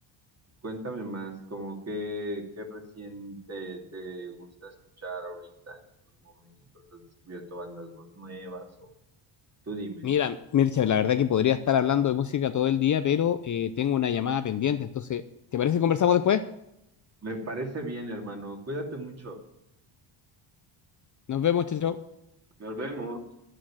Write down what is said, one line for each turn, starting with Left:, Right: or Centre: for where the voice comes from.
Right: Cuéntame más, como qué, qué recién te, te gusta escuchar ahorita en estos momentos. ¿Has descubierto bandas nue- nuevas o Tú dime.
Left: Mira, Mircha, la verdad que podría estar hablando de música todo el día, pero eh, tengo una llamada pendiente, entonces, ¿te parece que conversamos después?
Right: Me parece bien, hermano. Cuídate mucho.
Left: Nos vemos, chao. chao.
Right: Nos vemos.